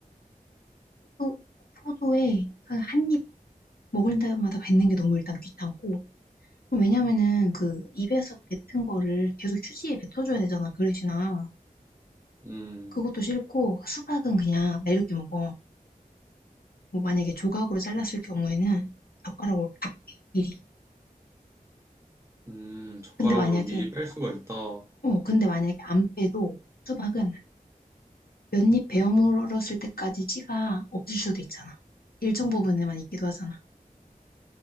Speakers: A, on the left (about 85°); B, on the right (about 20°).
A: 포도 포도에 한 입 먹을 때마다 뱉는 게 너무 일단 귀찮고 그 왜냐면은 그 입에서 뱉은 거를 계속 휴지에 뱉어줘야 되잖아 그릇이나.
B: 음,
A: 그것도 싫고 수박은 그냥 매렵게 먹어. 뭐 만약에 조각으로 잘랐을 경우에는 젓가락으로 다 빼 미리.
B: 음, 젓가락으로
A: 근데 만약에
B: 미리 뺄 수가 있다.
A: 어 근데 만약에 안 빼도 수박은 몇 입 베어 물었을 때까지 씨가 없을 수도 있잖아. 일정 부분에만 있기도 하잖아.